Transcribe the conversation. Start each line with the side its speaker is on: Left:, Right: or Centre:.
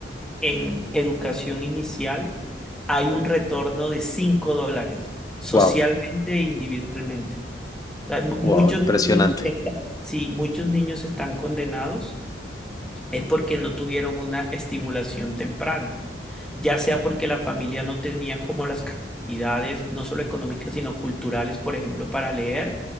Centre: en educación inicial, hay un retorno de 5 dólares, socialmente
Left: wow,
Centre: e individualmente. O sea, mu- Muchos
Left: wow, impresionante.
Centre: niños, está- <laughs> sí, muchos niños están condenados es porque no tuvieron una estimulación temprana, ya sea porque la familia no tenía como las capacidades, no solo económicas, sino culturales, por ejemplo, para leer,